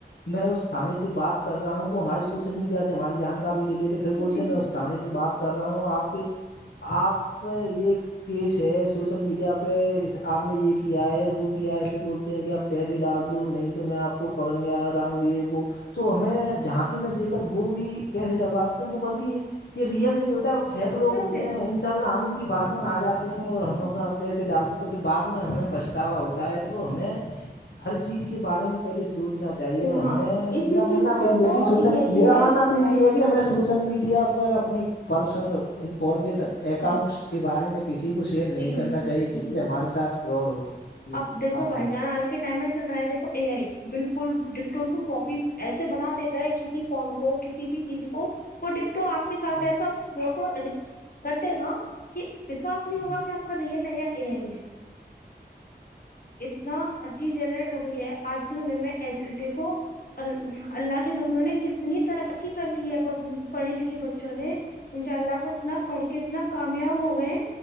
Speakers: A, on the left; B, on the left.
A: میں اس تھاانے سے بات کر رہا ہوں وہ ہماری سوشل میڈیا سے ہماری جانکاری لے لیتے پھر بولتے
B: جی
A: میں استاانیے سے بات کر رہا ہوں آپ کے آپ یہ کیس ہے سوشل میڈیا پہ آپ نے یہ کیا ہے وہ کیا ہے پھر بولتے ہیں کہ آپ پیسے ڈال دو نہیں تو میں آپ کو پکڑنے آ رہا ہوں یہ وہ تو ہمیں جہاں سے میں دیک کر وہ بھی پیسے ڈلوا دیتے ہیں وہ بلکہ یہ ریئل نہیں ہوتا ہے وہ فیک لوگ
B: سب
A: ہوتے
B: فیک
A: ہیں
B: ہوتا
A: انسان ہم ان کی باتوں میں آ جاتے ہیں
B: ہے
A: اور ہم
B: ہوں
A: اپنا پیسے ڈال دیتے ہیں پھر بع میں ہمیں پچھتاوا ہوتا ہے تو ہمیں ہر چیز کے بارے میں پہلے سوچنا چاہیے اور ہمیں
B: ہاں اسی
A: میرا
B: چیز
A: ماننا
B: کو
A: تو یہ ہے کہ سوشل
B: یہی
A: میرا
B: ہے
A: ماننا یہ
B: بھائی
A: یہ کہ ہمیں سوشل میڈیا پر اپنی پرسنل انفارمیشن اکاؤنٹس
B: جی
A: کو کے بارے میں کسی کو شیئر نہیں
B: جی جی
A: کرنا
B: جی
A: چاہیے جس
B: جی
A: سے ہمارے ساتھ فراڈ ہو جی
B: اب دیکھو
A: آپ
B: بھائی
A: فرما
B: جان آج کے ٹائم میں چل رہا ہے دیکھو اے آئی بالکل فوٹو کاپی
A: جی
B: ایسے بنا دیتا ہے کسی فون کو کسی بھی چیز کو وہ ڈکٹو آپ ساتھ
A: جی
B: ایسا فوٹو کرتے گا کہ وشواس نہیں
A: جی
B: ہوگا کہ آپ ریئل ہے یا ا آئی ہے اتنا ار چیز جنریٹ ہو گئی ہے آج کے سمے میں دیکھو ال اللہ کے بندوں نے کتنی ترقی کر لی ہے پڑھے لکھے بچوں نے انشاء اللہ وہ اتنا پڑھ کے اتنا کامیاب ہو گئے